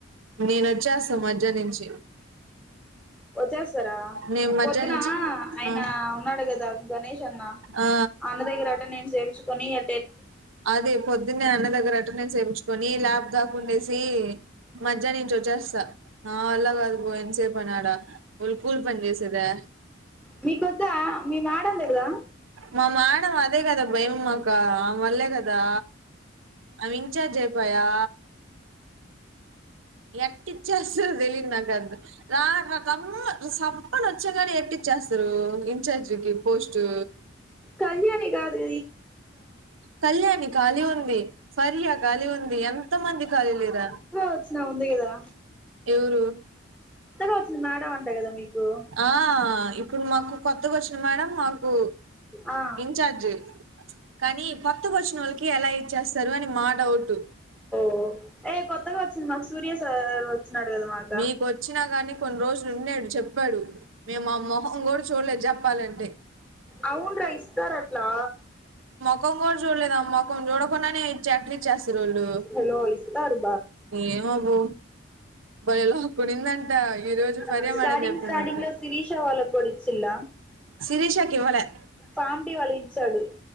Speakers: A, on the right (about 80°); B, in the centre.
A: నేనోచ్చాస మజ్య నుంచి
B: వచ్చేస్తారా
A: నేను మధ్య
B: పొద్దునా
A: నుంచి
B: ఆయనా
A: ఆ
B: ఉన్నాడు గదా గణేష్ అన్న అ
A: ఆ
B: అన్న దగ్గర అటెండెన్స్ ఏపించుకొని ఎ
A: అదే పొద్దున్నే అన్న దగ్గర అటెండెన్స్ ఏపించుకొని ల్యాబ్ దాక ఉండేసి మజ్యనుంచి చేస్త నావల్ల గాదు బో ఏన్సేపనాడ ఉల్ కూల్ పని చేసదే
B: మీకొద్దా మీ మాడందిడుదా
A: మా మేడం అదే కదా భయం మాకా ఆమె వల్లేగదా అమె ఇం చార్జ్ అయిపాయా ఎట్టిచ్చేస్త్ తెలియదు నాకది రామ్ కం సప్పన్ వచ్చాగానె ఎట్టిచ్చేస్త తల్ ఇంచార్జికి పోస్టు
B: కళ్యాణి గాదు
A: కళ్యాణి కాలి ఉంది ఫర్యా కాలి ఉంది ఎంత మంది ఖాళీలేరా
B: వచ్చినా ఉంది గదా
A: ఎవరు
B: వచ్చింది మేడం అంట కదా మీకు
A: ఆ ఇప్పుడు మాకు ఈ మేడం మాకు
B: ఆ
A: ఇంచార్జ్ కానీ కొత్తగ్ ఒచ్చినోళ్ళకి ఎలా ఇచ్చేస్తారు అని మా డౌట్
B: ఓ ఏ కొత్తగా వచ్చిద్ మాక్ సూర్య సార్ వచ్చినాడు కదా మాక
A: మికోచ్చినా గానీ కొన్ని రోజులు ఉన్నాడు చెప్పాడు మేము ఆ మొహం కూడా చూడలేదు జెప్పాలంటే
B: అవున్ రా ఇస్తారట్లా
A: కం కూడా చూడలేదామ్ మొక్కం చూడకుండానే చాకరీ చేస్తారురూడు
B: హలో ఇస్తారు
A: ఏమో బో భలే లాక్కొనిందంట ఈ రోజు ఫరియా
B: ఉమ్ స్టాడింగ్
A: మేడం చెప్పింది
B: స్టాడింగ్
A: నాకు
B: లో శిరీష వాళ్ళకుడ ఇచ్చిళ్ల
A: శిరీషకి ఇవ్వలే
B: పామ్ టీ వళించాడు